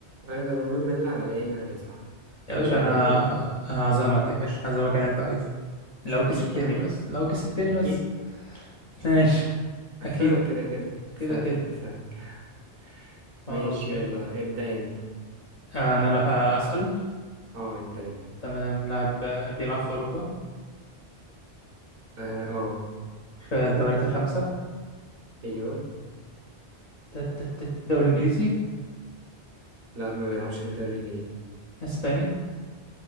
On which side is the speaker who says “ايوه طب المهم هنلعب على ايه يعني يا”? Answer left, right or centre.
Right